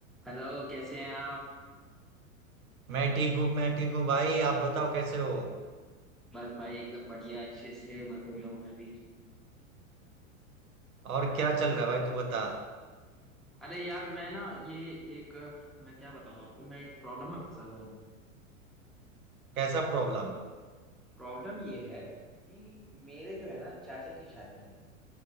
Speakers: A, in the centre; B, on the right.
A: Hello कैसे हैं आप
B: मैं ठीक हूँ मैं ठीक हूँ भाई आप बताओ कैसे हो
A: बस भाई एकदम बढ़िया अच्छे से मजे में हूँ मैं भी
B: और क्या चल रहा है भाई तू बता
A: अरे यार मैं ना ये एक मैं क्या बताऊँ आपको मैं एक प्रॉब्लम में फंसा हुआ हूँ
B: कैसा प्रॉब्लम
A: प्रॉब्लम ये है कि मेरे जो है ना चाचा की शादी है